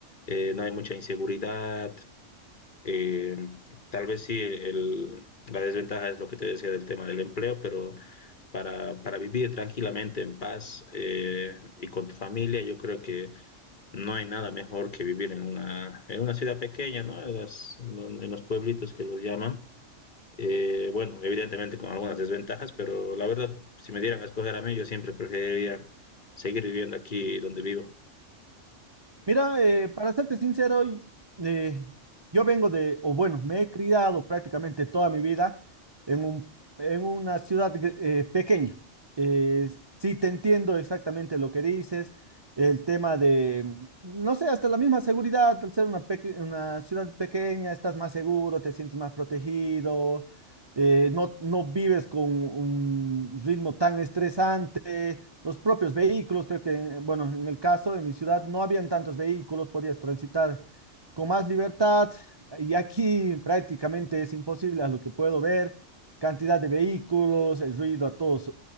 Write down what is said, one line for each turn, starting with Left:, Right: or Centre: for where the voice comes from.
Left: eh, no hay mucha inseguridad, eh, tal vez sí, el- la desventaja es lo que te decía del tema del empleo, pero para, para vivir tranquilamente, en paz eh, y con tu familia, yo creo que no hay nada mejor que vivir en una, en una ciudad pequeña, ¿no? En, las- ¿no? en los pueblitos que los llaman. Eh, bueno, evidentemente con algunas desventajas, pero la verdad, si me dieran a escoger a mí, yo siempre preferiría seguir viviendo aquí donde vivo.
Right: Mira, eh, para serte sincero, y- eh, yo vengo de, o bueno, me he criado prácticamente toda mi vida en un, en una ciudad gr- eh, pequeña. Eh, sí te entiendo exactamente lo que dices, el tema de, no sé, hasta la misma seguridad, al ser una, peque- una ciudad pequeña, estás más seguro, te sientes más protegido, eh, no, no vives con un ritmo tan estresante los propios vehículos. Creo que, bueno, en el caso de mi ciudad no habían tantos vehículos, podías transitar con más libertad y aquí prácticamente es imposible a lo que puedo ver, cantidad de vehículos, el ruido a todos